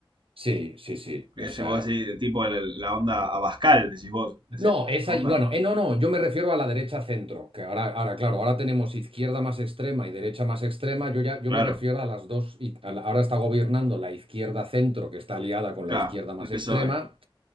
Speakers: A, on the right (about 85°); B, on the right (about 60°).
A: Sí, sí, sí.
B: Ese
A: O sea,
B: vos decís, tipo la, la onda Abascal, decís vos, ese-
A: No, esa,
B: esa onda.
A: bueno, eh, no, no, yo me refiero a la derecha centro, que ahora, ahora, claro, ahora tenemos izquierda más extrema y derecha más extrema. Yo ya, yo
B: Claro,
A: me refiero a las dos, y a la- ahora está gobernando la izquierda centro, que está aliada con
B: acá,
A: la izquierda más
B: el
A: extrema.
B: PSOE.